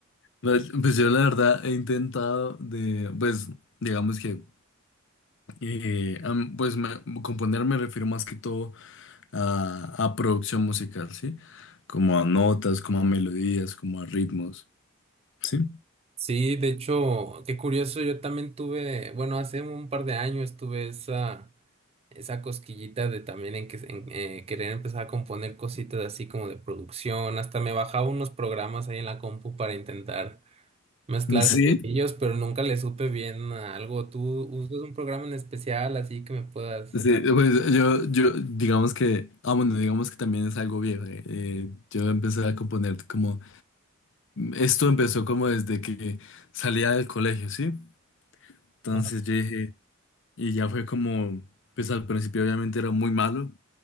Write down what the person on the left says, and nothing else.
Pues pues, yo la verdad he intentado de, pues digamos que Eh, am- pues me- componer me refiero más que todo a, a producción musical, ¿sí? Como a notas, como a melodías, como a ritmos, ¿sí?
Sí,
sí, pues yo, yo digamos que, ah bueno, digamos que también es algo viejo. eh, eh, yo empecé a componer como, esto empezó como desde que salía del colegio, ¿sí? Entonces
yo dije, y ya fue como, pues al principio obviamente era muy malo,